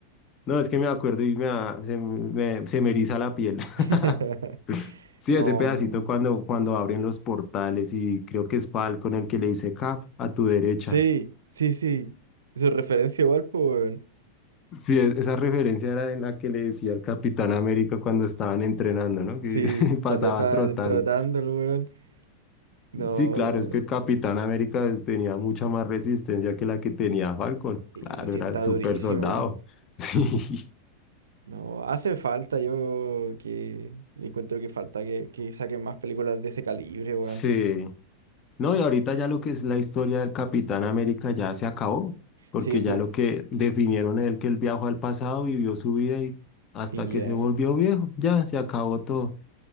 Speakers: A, on the left; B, on the right.
A: No, es que me acuerdo y me, da- se, me, se me eriza la piel. <laughs>
B: <laughs>
A: Sí,
B: No.
A: ese pedacito cuando, cuando abren los portales y creo que es Falcon el que le dice Cap a tu derecha.
B: Sí, sí, sí. Su referencia igual, pues, weón.
A: Sí, e- esa referencia era en la que le decía al Capitán América cuando estaban entrenando, ¿no? Que
B: Sí,
A: <laughs> pasaba
B: cuando estaban
A: trotando.
B: trotando el weón. No.
A: Sí, claro, es que el Capitán América pues, tenía mucha más resistencia que la que tenía Falcon.
B: Y
A: Claro,
B: pues sí
A: era
B: está
A: el super
B: durísimo,
A: soldado. <laughs> Sí.
B: No, hacen falta, yo que encuentro que falta que, que saquen más películas de ese calibre, weón.
A: Sí. No, y ahorita ya lo que es la historia del Capitán América ya se acabó, porque
B: Sí, pues,
A: ya lo que definieron es el que él viajó al pasado, vivió su vida y hasta
B: y
A: que
B: ya.
A: se volvió viejo, ya se acabó todo.